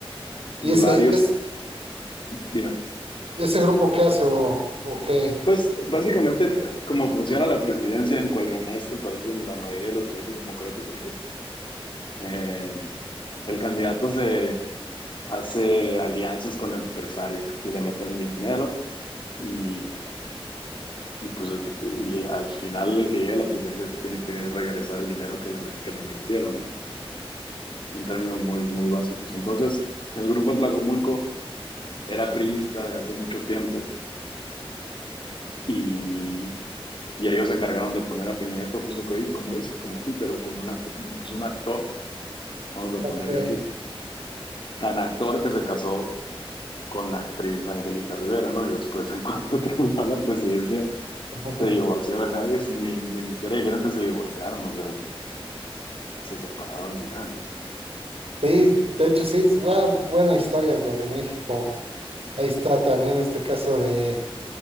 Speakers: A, on the right (about 75°); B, on the left (about 55°).
A: ¿Y
B: Y
A: ese,
B: varios.
A: es,
B: Dime.
A: ese grupo qué hace o, o qué?
B: Pues básicamente, como funciona la presidencia en, cual- en este país, en la mayoría de los países democráticos, Eh, el candidato se hace alianzas con empresarios y le meten dinero y, y pues y al final el que llegue a la presidencia tiene que regresar el dinero que le, met- que le invirtieron, ¿no? En términos muy, muy básicos. Entonces, el grupo Tlacomulco era priista de hace mucho tiempo y, y ellos se encargaron de poner a Peña Nieto, justo co- como dices, como títere o como una, pues un actor, vamos a
A: Ok.
B: ponerle así, tan actor que se casó con la actriz Angélica Rivera, ¿no? Y después, en <laughs> cuanto terminó la presidencia,
A: <laughs>
B: se divorció. Nadie, ni, ni siquiera dijeron que se divorciaron, o sea, se separaron y ya, ¿no?
A: Sí, de hecho sí, es bua- buena historia desde México. Ahí está también este caso de